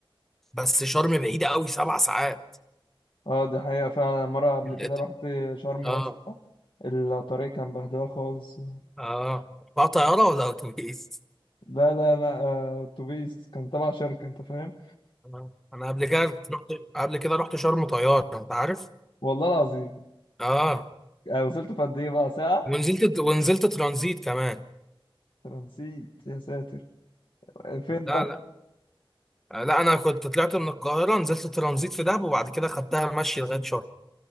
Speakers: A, in the centre; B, on the left.
A: بس شرم بعيدة قوي سبع ساعات
B: اه دي حقيقة فعلا مرة قبل
A: أنت-
B: كده رحت شرم
A: اه
B: يا اسطى الطريق كان بهدلة خالص
A: اه بقى طيارة ولا أتوبيس؟
B: لا لا لا آه، اتوبيس كان تبع شركة انت فاهم
A: آه. أنا قبل كده رحت قبل كده رحت شرم طيارة أنت عارف؟
B: والله العظيم
A: اه
B: آه، وصلت في قد ايه بقى ساعة
A: ونزلت ونزلت ترانزيت كمان
B: أنا نسيت يا ساتر فين
A: لا
B: بقى
A: لا لا أنا كنت طلعت من القاهرة نزلت ترانزيت في دهب وبعد كده خدتها مشي لغاية شرم